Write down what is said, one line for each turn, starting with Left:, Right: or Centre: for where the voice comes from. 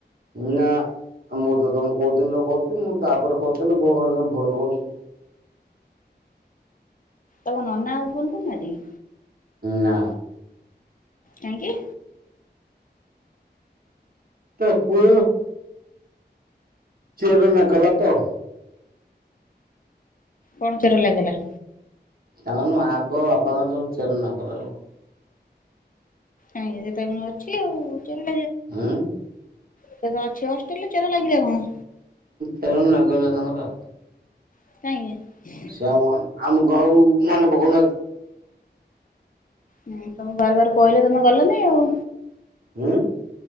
Right: ନା ମୁଁ ତ ତମକୁ କହୁଥିଲି କଥିଲି ମୁଁ ତାପରେ କଥିଲି ବୋଉ ସା ଭ କରଥିଲ
Left: ତମ ନନା ଆଉୁନ୍ତୁ ନା ଯାଇି
Right: ନା
Left: କାହିଁ କିି
Right: ତା ପୁଅ ଚେନା ଗଲା ତ
Left: କଣ ଚୋର ଲାଗିଲା
Right: ତାଙ୍କର ମାଆପ ବାପାଙ୍କର ସବୁ ଚେର ନ କଲେ
Left: ଆଜ୍ଞା ସେଟ କ ଅଛି ଆଉ ଚଲ
Right: ହୁଁ
Left: ସେ ତ ଅଛି ହଷ୍ଟେଲ ରେ ଚେରା ଲାଗିିଲା କଣ
Right: ତେର ନ କିଲ ତାଙ୍କରଉ
Left: ନାଇଁ
Right: ସେ ଆମ ଗଁ ମାନେ ପଖନାହାନ୍ତି
Left: ହୁଁ ତମକୁ ବାର ବାର କହିଲେ ତମେ ଗଲନି ଆଉ
Right: ହୁଁ